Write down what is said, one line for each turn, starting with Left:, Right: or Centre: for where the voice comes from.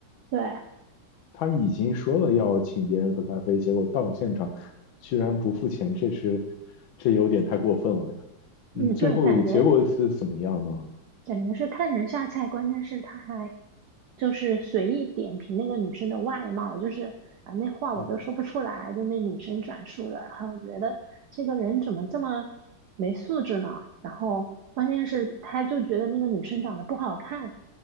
Right: 对，
Left: 他已经说了要请别人喝咖啡，结果到现场居然不付钱，这是这有点太过分了呀。
Right: 嗯，
Left: 嗯，最后结果是怎么样呢？
Right: 对，感觉感觉是看人下菜，关键是他还。就是随意点评那个女生的外貌，就是啊，那话我都说不出来，
Left: 嗯
Right: 就那女生转述的。然后我觉得这个人怎么这么没素质呢？然后关键是他就觉得那个女生长得不好看，